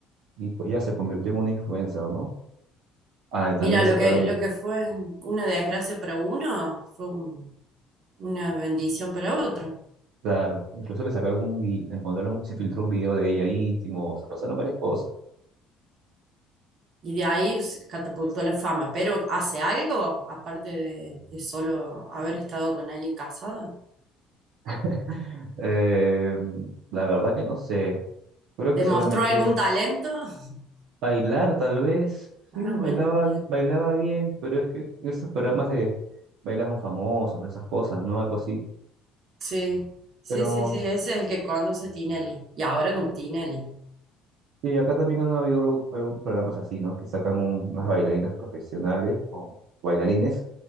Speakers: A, on the right; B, on the right.
A: y pues ya se convirtió en una influencer, ¿no? Ah, y también
B: Mira,
A: le sacaron,
B: lo que, lo que fue una desgracia para uno fue un- una bendición para otro.
A: claro, incluso le sacaron un vi- encontraron, se filtró un video de ella íntimo, o sea, pasaron varias cosas.
B: Y de ahí se catapultó la fama. Pero ¿hace algo? Aparte de, de solo haber estado con alguien casado.
A: <laughs> Eh, la verdad que no sé, creo
B: ¿Demostró
A: que solamente
B: algún talento? <laughs>
A: Bailar, tal vez. Sí,
B: Ah,
A: bailaba,
B: bueno, bien.
A: bailaba bien, pero es que esos programas de baila con famosos, esas cosas, ¿no? Algo así.
B: Sí, sí,
A: Pero
B: sí, sí, ese es el que conduce Tinelli. Y ahora con Tinelli.
A: sí, acá también han habido luego algunos programas así, ¿no? Que sacan un- unas bailarinas profesionales o bailarines